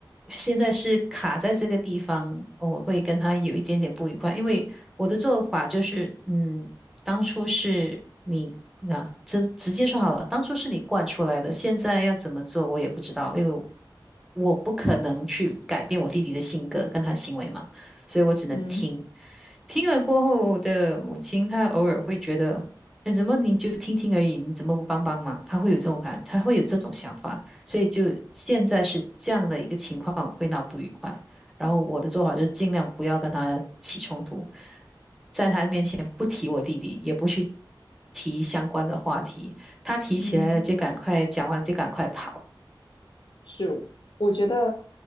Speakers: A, in the centre; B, on the left (about 70°).
A: 现在是卡在这个地方，我会跟他有一点点不愉快，因为我的做法就是，嗯，当初是你啊，直直接说好了，当初是你惯出来的，现在要怎么做我也不知道，因为我不可能去改变我弟弟的性格跟他行为嘛，所以我只能听。
B: 嗯，
A: 听了过后，我的母亲她偶尔会觉得，哎，怎么你就听听而已，你怎么不帮帮忙？她会有这种感，她会有这种想法。所以就现在是这样的一个情况，会闹不愉快。然后我的做法就是尽量不要跟他起冲突，在他面前不提我弟弟，也不去提相关的话题。他提起来了就赶快讲完就赶快跑，
B: 嗯，是，我觉得，